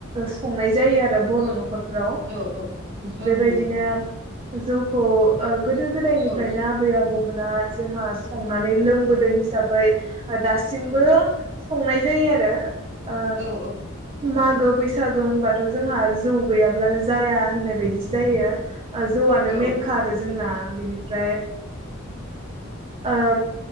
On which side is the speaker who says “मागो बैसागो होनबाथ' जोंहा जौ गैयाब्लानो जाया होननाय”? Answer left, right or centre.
Right